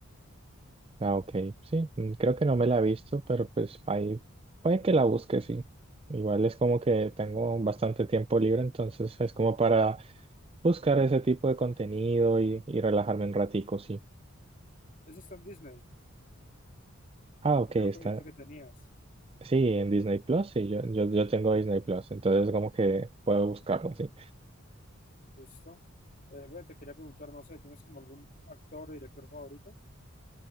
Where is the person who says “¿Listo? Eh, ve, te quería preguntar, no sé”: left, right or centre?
Left